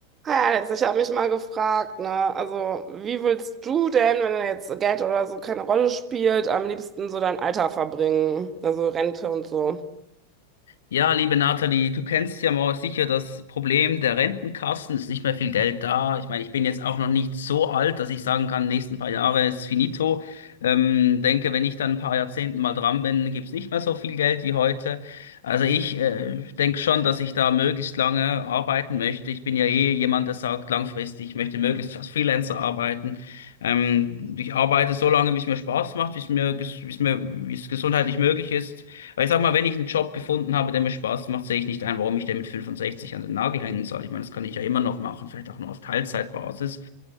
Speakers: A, on the right; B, on the left.
A: Ja, jetzt ich habe mich mal gefragt, ne? Also, wie willst du denn, wenn jetzt Geld oder so keine Rolle spielt, am liebsten so dein Alter verbringen? Also Rente und so.
B: Ja, liebe Nathalie, du kennst ja mal sicher das Problem der Rentenkassen. Es ist nicht mehr viel Geld da. Ich meine, ich bin jetzt auch noch nicht so alt, dass ich sagen kann, nächsten paar Jahre ist finito. Ähm, denke, wenn ich dann ein paar Jahrzehnten mal dran bin, gibt's nicht mehr so viel Geld wie heute. Also ich äh, denke schon, dass ich da möglichst lange arbeiten möchte. Ich bin ja eh jemand, der sagt, langfristig, ich möchte möglichst als Freelancer arbeiten. Ähm, ich arbeite so lange, wie es mir Spaß macht, wie es mir, ges- wie es mir, wie es gesundheitlich möglich ist. Weil ich sag mal, wenn ich einen Job gefunden habe, der mir Spaß macht, sehe ich nicht ein, warum ich den mit 65 an den Nagel hängen soll. Ich meine, das kann ich ja immer noch machen, vielleicht auch nur auf Teilzeitbasis.